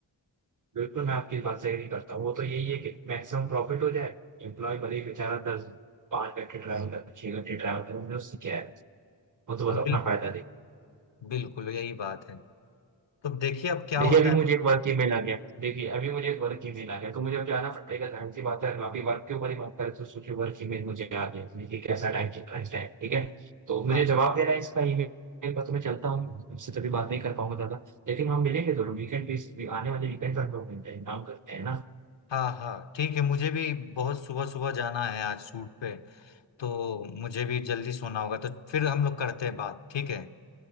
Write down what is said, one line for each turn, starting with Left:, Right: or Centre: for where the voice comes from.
Right: बिल्कुल मैं आपकी इस बात से एग्री करता हूँ वो तो यही है कि मैक्सिमम प्रॉफिट हो जाए एम्प्लॉय भले ही बेचारा दस पाँच घंटे ट्रैवल करे छह घंटे ट्रैवल करे उन्हें उससे क्या है वो तो बस
Left: बिल,
Right: अपना फायदा दे
Left: बिल्कुल यही बात है तो देखिए अब क्या
Right: देखिए
Left: होता
Right: अभी
Left: है
Right: मुझे एक वर्क ईमेल आ गया देखिए अभी मुझे एक वर्क ईमेल आ गया तो मुझे अब जाना पड़ेगा जाहिर सी बात है हम अभी वर्क के ऊपर ही बात करें तो सोचिए वर्क ईमेल मुझे आ गया तो देखिए कैसा टाइम चल रहा है इस टाइम ठीक है तो मुझे
Left: हाँ
Right: जवाब देना है इसका ईमेल पर तो मैं चलता हूँ उससे तभी बात नहीं कर पाऊंगा दादा लेकिन हम मिलेंगे जरूर वीकेंड पे इस- आने वाले वीकेंड पर हम लोग मिलते हैं काम करते हैं ना
Left: हाँ हाँ ठीक है मुझे भी बहुत सुबह सुबह जाना है आज शूट पे तो मुझे भी जल्दी सोना होगा तो फिर हम लोग करते हैं बात ठीक है